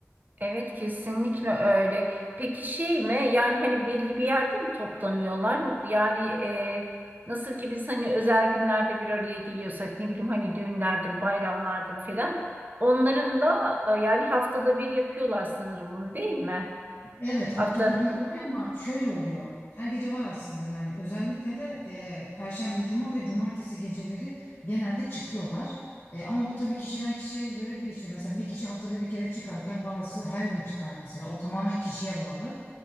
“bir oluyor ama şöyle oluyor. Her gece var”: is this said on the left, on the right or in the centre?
Left